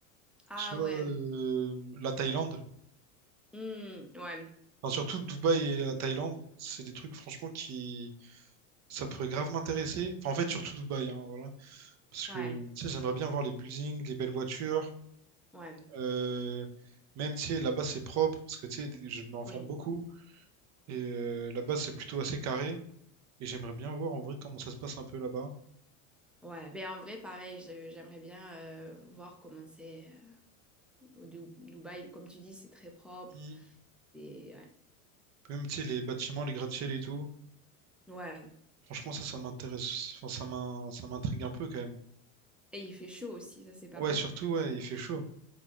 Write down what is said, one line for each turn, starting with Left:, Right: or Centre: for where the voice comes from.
Centre: Ah
Right: soit
Centre: ouais,
Right: euh, la Thaïlande.
Centre: Hmm, ouais,
Right: Enfin, surtout Dubaï et la Thaïlande, c'est des trucs franchement qui... Ça pourrait grave m'intéresser. Enfin, en fait, surtout Dubaï, hein, voilà. Parce que,
Centre: ouais,
Right: tu sais, j'aimerais bien voir les buildings, les belles voitures.
Centre: ouais.
Right: euh, Même, tu sais, là-bas, c'est propre, parce que, tu sais, je m'informe
Centre: Oui.
Right: beaucoup. Et euh, là-bas, c'est plutôt assez carré. Et j'aimerais bien voir, en vrai, comment ça se passe un peu là-bas.
Centre: Ouais, ben en vrai, pareil, je- j'aimerais bien euh, voir comment c'est euh, au Dou- Dubaï. Comme tu dis, c'est très propre.
Right: Mm.
Centre: Et, ouais.
Right: Même, tu sais, les bâtiments, les gratte-ciels et tout.
Centre: Ouais.
Right: Franchement, ça, ça m'intéresse. Enfin, ça m'in- ça m'intrigue un peu, quand même.
Centre: Et il fait chaud aussi, ça c'est pas
Right: Ouais,
Centre: mal.
Right: surtout, ouais, il fait chaud.